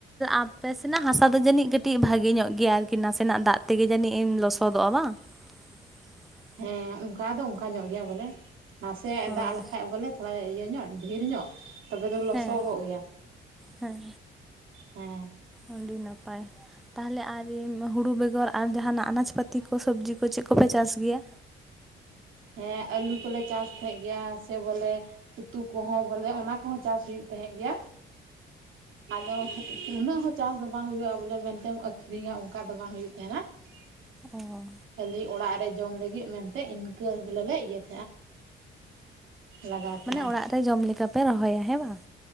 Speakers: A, in the centre; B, on the right.
A: ᱟᱯᱮ ᱥᱮᱱᱟᱜ ᱦᱟᱥᱟ ᱫᱚ ᱡᱟᱹᱱᱤᱡ ᱠᱟᱹᱴᱤᱡ ᱵᱷᱟᱜᱮ ᱧᱚᱜ ᱜᱮᱭᱟ ᱟᱨᱠᱤ ᱱᱟᱥᱮᱱᱟᱜ ᱫᱟᱜ ᱛᱮᱜᱮ ᱡᱟᱹᱱᱤᱡ ᱞᱚᱥᱚᱫᱚᱜᱼᱟ ᱵᱟᱝ? <unintelligible>
B: ᱦᱮᱸ ᱚᱱᱠᱟ ᱫᱚ ᱚᱱᱠᱟ ᱧᱚᱜ ᱜᱮᱭᱟ ᱵᱚᱞᱮ ᱱᱟᱥᱮᱭᱟᱜ
A: ᱦᱳᱭ
B: ᱫᱟᱜ ᱞᱮᱠᱟᱱ ᱵᱚᱞᱮᱼᱼ ᱛᱷᱚᱲᱟ ᱤᱭᱟᱹ ᱧᱚᱜ ᱰᱷᱮᱨ ᱧᱚᱜ ᱛᱚᱵᱮ ᱫᱚ ᱞᱚᱥᱚᱜᱚᱜ
A: ᱦᱮᱸ
B: ᱜᱮᱭᱟ
A: ᱦᱮᱸ
B: ᱦᱮᱸ
A: ᱟᱹᱰᱤ ᱱᱟᱯᱟᱭ ᱛᱟᱦᱚᱞᱮ ᱟᱨ ᱦᱩᱲᱩ ᱵᱮᱜᱚᱨ ᱟᱨ ᱡᱟᱦᱟᱱᱟᱜ ᱟᱱᱟᱡᱽ ᱯᱟᱹᱛᱤ ᱠᱚ ᱥᱚᱵᱽᱡᱤ ᱠᱚ ᱪᱮᱫ ᱠᱚᱯᱮ ᱪᱟᱥ ᱜᱮᱭᱟ?
B: ᱦᱮᱸ ᱟᱹᱞᱩ ᱠᱚᱞᱮ ᱪᱟᱹᱥ ᱛᱟᱦᱮᱸᱫ ᱜᱮᱭᱟ ᱥᱮ ᱵᱚᱞᱮᱼᱼ ᱩᱛᱩ ᱠᱚᱦᱚᱸ ᱵᱚᱞᱮ ᱚᱱᱟ ᱠᱚᱦᱚᱸ ᱪᱟᱥ ᱦᱩᱭᱩᱜ ᱛᱟᱦᱮᱸᱫ ᱜᱮᱭᱟ ᱟᱫᱚᱼᱼ ᱩᱱᱟᱹᱜ ᱦᱚᱸ ᱪᱟᱥ ᱫᱚ ᱵᱟᱝ ᱦᱩᱭᱩᱜᱼᱟ ᱵᱚᱞᱮ ᱢᱮᱱᱛᱮᱢ ᱟᱹᱠᱷᱨᱤᱧᱟ ᱚᱱᱠᱟ ᱫᱚ ᱵᱟᱝ ᱦᱩᱭᱩᱜ ᱛᱟᱦᱮᱱᱟ, ᱠᱷᱟᱹᱞᱤ
A: ᱚ
B: ᱚᱲᱟᱜ ᱨᱮ ᱡᱚᱢ ᱞᱟᱹᱜᱤᱫ ᱢᱮᱱᱛᱮ ᱤᱱᱠᱟᱹ ᱵᱚᱞᱮ ᱞᱮ ᱤᱭᱟᱹᱛᱮᱼᱼ ᱞᱟᱜᱟᱣ
A: ᱢᱟᱱᱮ
B: ᱛᱟᱦᱮᱸᱜᱼᱟ
A: ᱚᱲᱟᱜ ᱨᱮ ᱡᱚᱢ ᱞᱮᱠᱟ ᱯᱮ ᱨᱚᱦᱚᱭᱟ ᱦᱮᱸ ᱵᱟᱝ?